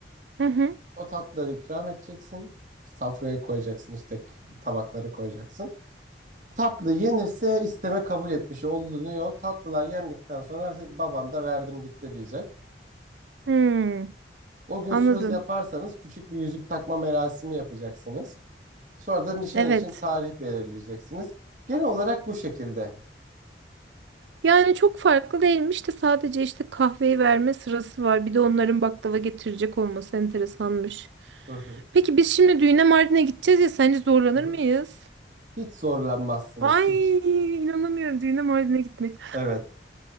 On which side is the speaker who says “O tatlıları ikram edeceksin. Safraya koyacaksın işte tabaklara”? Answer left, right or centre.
Right